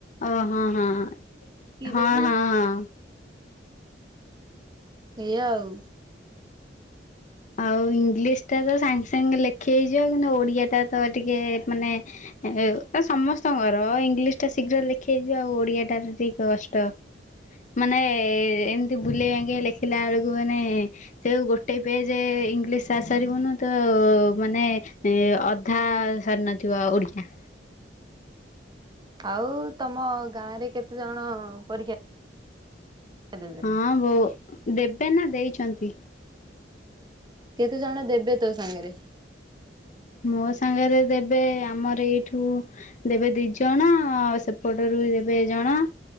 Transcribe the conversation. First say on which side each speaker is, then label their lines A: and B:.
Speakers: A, on the left; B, on the right.
A: ଓ ହଁ ହଁ ହଁ ହଁ
B: ଦେଲି।
A: ହଁ ହଁ।
B: ଏଇଆ ଆଉ।
A: ଆଉ ଇଂଲିଶ ଟା ତ ସାଙ୍ଗେ ସାଙ୍ଗେ ଲେଖି ହେଇଯିବ କିନ୍ତୁ ଓଡିଆ ଟା ତ ଟିକେ-ଏ-ଏ ମାନେ ଏ ସମସ୍ତଙ୍କର ଇଂଲିଶ ଟା ଶୀଘ୍ର ଲେଖି ହେଇଯିବ ଆଉ ଓଡିଆ ଟା ଟିକେ କଷ୍ଟ। ମାନେ-ଏ-ଏ-ଏ-ଏ ଏମିତି ବୁଲେଇ ବାଙ୍କେଇ ଲେଖିଲା ବେଳକୁ ମାନେ-ଏ-ଏ ସେଉ ଗୋଟେ ପେଜ ଯେ-ଏ ଇଂଲିଶ ସାରି ସାରିବୁନୁ ତ-ଅ-ଅ ମାନେ ଏ ଅଧା ସରି ନଥିବ ଓଡ଼ିଆ।
B: ଆଉ-ଉ ତମ ଗାଁ ରେ କେତେ ଜଣ-ଅ ପରୀକ୍ଷା ଦେବେ?
A: ହଁ ବଉ ଦେବେ ନା ଦେଇଛନ୍ତି?
B: କେତେ ଜଣ ଦେବେ ତୋ ସାଙ୍ଗରେ?
A: ମୋ ସାଙ୍ଗରେ ଦେବେ ଆମର ଏଇଠୁ ଦେବେ ଦି ଜଣ ଆଉ ସେ ପଟରୁ ଦେବେ ଜଣ